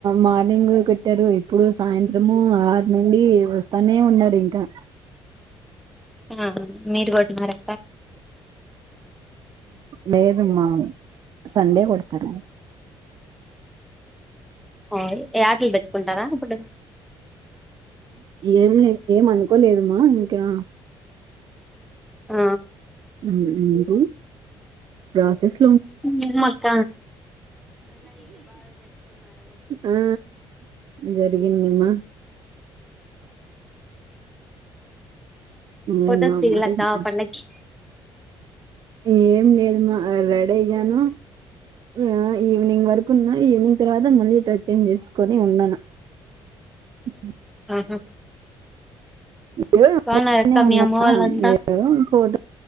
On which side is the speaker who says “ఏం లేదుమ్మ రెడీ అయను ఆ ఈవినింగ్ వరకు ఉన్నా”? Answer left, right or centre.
Right